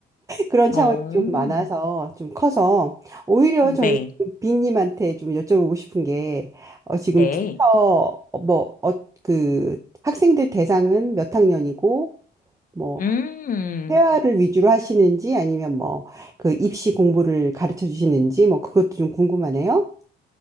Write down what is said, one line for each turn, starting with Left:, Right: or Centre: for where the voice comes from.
Right: 그런
Left: 오,
Right: 차원이 좀 많아서 좀 커서 오히려
Left: 네.
Right: 저는 좀 빈님한테 좀 여쭤보고 싶은 게 어, 지금
Left: 네.
Right: 튜터 뭐그 학생들 대상은 몇 학년이고 뭐
Left: 음.
Right: 회화를 위주로 하시는지 아니면 뭐 그 입시 공부를 가르쳐 주시는지 뭐 그것도 좀 궁금하네요.